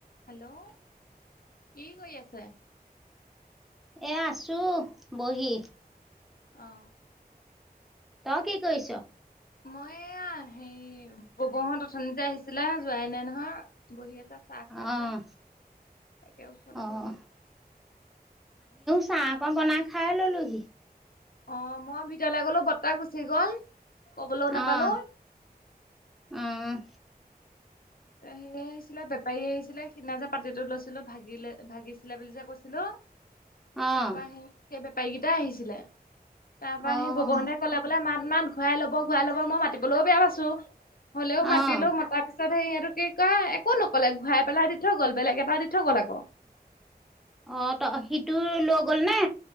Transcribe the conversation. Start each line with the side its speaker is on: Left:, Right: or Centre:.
Left: Hello কি কৰি আছে?
Centre: এয়া আছো বহি।
Left: অঁহ!
Centre: তই কি কৈয়িছ?
Left: মই এইয়াহ হেয়ি বৌবৌহত অথনিতে আহিছিলে যোৱাই নাই নহয়, বহি আছো। তই চাহ খাছা,
Centre: অঁ
Left: একে ওচতে
Centre: অঁ
Left: বহি আছো।
Centre: চা অকন বনাই খাই ললোহি।
Left: অঁ! মই ভিতলে গলো বততা গুচি গ'ল। কবলো নাপালো!
Centre: অঁ অঁ
Left: সেই আহিছিলে বেপাৰী আহিছিলে সিদিনা যে পাতিটো লৈছিলো ভাগিলে ভাগিছিলে বুলি যে কৈছিলো!
Centre: অঁ
Left: তাৰ পা সেই সেই বেপাৰী গিতা আহিছিলে তাৰ পা
Centre: অঁ
Left: সেই বৌবৌন দাই কলে বোলে মাত! ইমান ঘূৰাই লব ঘূৰাই লব মই মাতিবলৈও বেয়া পাইছো, হ'লেও মাতিলো
Centre: অঁ
Left: মতাৰ পিছত সেই হেতু! কি ক একো নকলে, ঘূৰাই পেলাই দি থৈ গল বেলেগ এটা দি থৈ গল আকৌ।
Centre: অ ত সিটো লৈ গ'ল নে?